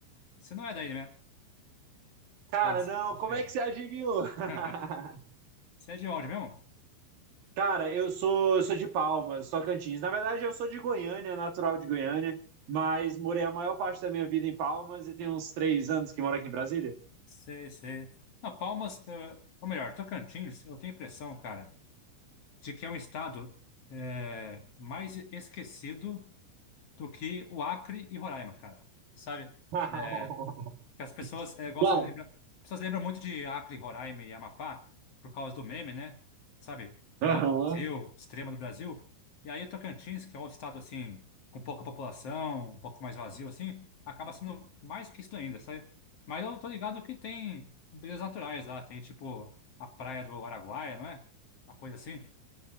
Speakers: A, on the left (about 70°); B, on the right (about 55°).
A: você não é daí, né?
B: Cara,
A: Palmas,
B: não,
A: você
B: como
A: é.
B: é que você adivinhou? <laughs>
A: <laughs> Você é de onde mesmo?
B: Cara, eu sou, eu sou de Palmas, Tocantins. Na verdade, eu sou de Goiânia, natural de Goiânia, mas morei a maior parte da minha vida em Palmas e tem uns três anos que moro aqui em Brasília.
A: Sei, sei. Ah, Palmas, eh, ou melhor, Tocantins, eu tenho a impressão, cara, de que é um estado eh, mais esquecido do que o Acre e Roraima, cara. Sabe?
B: <laughs>
A: É, Que as pessoas eh, gostam
B: Não.
A: de lembrar. As pessoas lembram muito de Acre, Roraima e Amapá por causa do meme, né? Sabe? Final
B: Aham.
A: do Brasil, extrema do Brasil. E aí Tocantins, que é um estado assim, com pouca população, um pouco mais vazio assim, acaba sendo mais que isso ainda, sabe? Mas eu tô ligado que tem belezas naturais lá, tem tipo a praia do Araguaia, não é? Uma coisa assim.